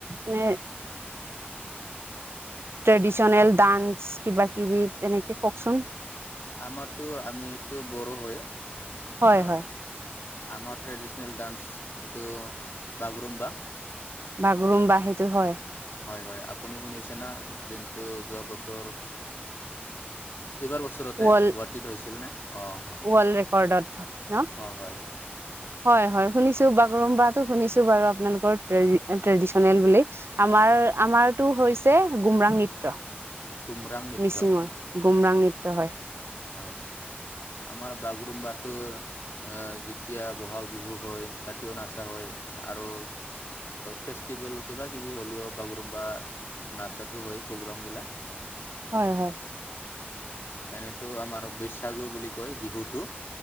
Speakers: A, on the right; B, on the left.
A: এনে। ট্ৰেডিশনেল ডান্স কিবা-কিবি তেনেকে কওকচোন।
B: আমাৰতো আমিতো বড়ো হয়। অ'
A: হয় হয়
B: আমাৰ ট্ৰেডিচনেল ডান্স এইটো বাগৰুম্বা।
A: বাগৰুম্বা সেইটো হয়।
B: হয় হয়, আপুনি শুনিছে না'? যোনটো যোৱা বছৰ ফেভাৰ ওচৰতে
A: ৱৰ্ল্ড
B: গুৱাহাটীত হৈছিলনে। অঁ হয়
A: ৱৰ্ল্ড ৰেকৰ্ডত ন',
B: অঁ হয়
A: হয় হয় শুনিছো বাগৰুম্বা। শুনিছোঁ বাৰু আপোনালোকৰ ট্ৰেডিচনেল বুলি। আমাৰ
B: হয়
A: আমাৰ টো হৈছে গুমৰাং নৃত্য,
B: কুমৰাং নৃত্য
A: মিচিঙৰ গুমৰাং নৃত্য হয়।
B: হয়, আমাৰ বাগৰুম্বাটো অ' যেতিয়া ব'হাগ বিহু হয় তাতেও নাচা হয় আৰু ফেষ্টিভেল কিবা-কিবি হ'লিঅ' বাগৰুম্বা নাচাতো হয় প্ৰগ্ৰামগিলা।
A: হয় হয়।
B: এনেতো আমাৰ বৈশ্যাগু বুলি কয় বিহুটো।